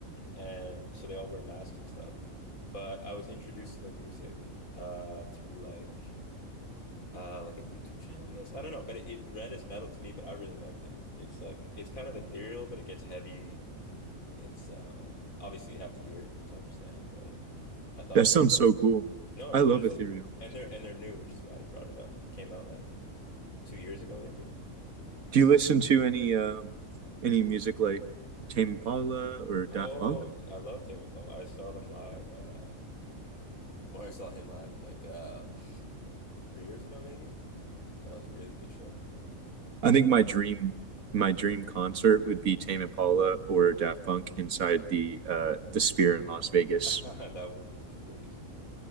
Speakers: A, on the left (about 80°); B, on the right (about 85°).
A: and so they all wear masks and stuff. But I was introduced to their music uh through like uh like a YouTube channel, I guess. I don't know, but it, it read as metal to me, but I really liked it. It's like it's kind of ethereal, but it gets heavy. It's um obviously you'd have to hear it to understand, but I thought
B: That
A: maybe
B: sounds
A: you know
B: so
A: them.
B: cool.
A: No,
B: I
A: it
B: love
A: is
B: ethereal
A: really cool. And
B: music.
A: they're and they're new, which is why I brought it up. They came out like two years ago maybe.
B: Do you listen to any um any music like Tame Impala or Daft
A: Oh,
B: Punk?
A: I love Tame Impala. I saw them live, uh or I saw him live like uh three years ago maybe. That was a really good show.
B: I think my dream my dream concert would be Tame Impala or Daft Punk inside the uh the Sphere in Las Vegas.
A: <laughs> That would be crazy.